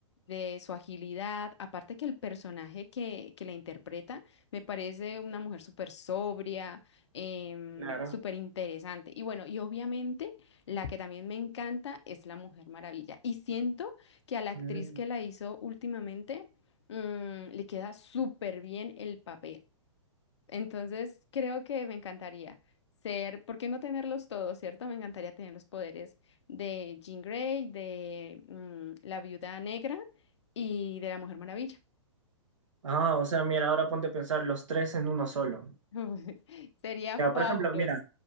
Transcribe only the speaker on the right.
Claro.
Mm.
Ah, o sea, mira, ahora ponte a pensar los tres en uno solo.
Ya,
por ejemplo, mira,